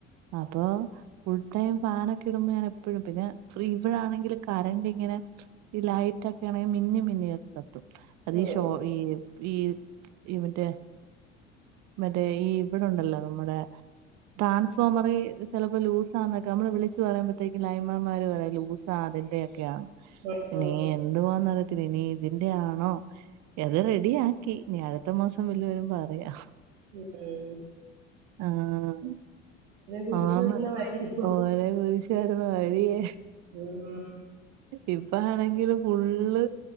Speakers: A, on the right (about 55°); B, on the right (about 75°).
A: അപ്പൊ ഫുൾടൈം ഫാനൊക്കെ ഇടുമ്പോ ഞാൻ എ പ്പഴും പിന്നെ ഫ്രീ ബിളാണെങ്കിൽ കറണ്ട് ഇങ്ങനെ ഈ ലൈറ്റ് ഒക്കെ ആണെങ്കി മിന്നി മിന്നിയെ കത്തു. അതീ
B: ഉം
A: ഷോ ഈ ഈ ഈ മറ്റേ മറ്റേ ഈ വിടെണ്ടല്ലോ നമ്മുടെ ട്രാൻസ്ഫോമറീ. ചെലപ്പോ ലൂസാന്നൊക്കെ അമ്മള് വിളിച്ച് പറയുമ്പോഴത്തേക്ക് ലൈൻ മാൻമാർ പറയും ലൂസാ അതിന്റെയൊക്കെയാണ്.
B: ഉം
A: ഇനീ
B: ഉം
A: എന്തുവാന്നറിയത്തില്ല, ഇനി ഇതിന്റെ ആണോ, ഏതായാലും റെഡി ആക്കി. ഇനി അടുത്ത മാസം ബില്ല് വരുമ്പറിയാ.
B: ' <unintelligible>
A: ആഹ്
B: കുരിശ്
A: ആന്ന്,
B: വരുന്ന വഴി ഉം
A: ഓരൊ കുരിശ് വരുന്ന വഴിയേ.
B: ഉം
A: ഇപ്പാണെങ്കില് ഫുള്ള്.